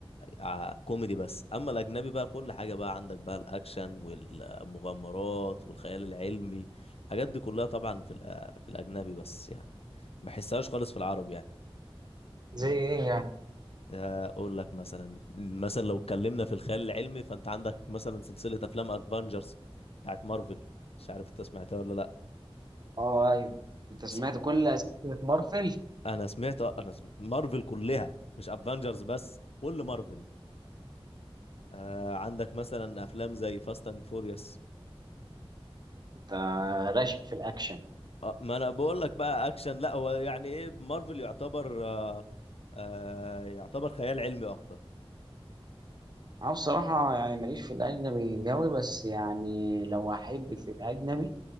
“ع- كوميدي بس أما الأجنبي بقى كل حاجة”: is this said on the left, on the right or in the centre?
Left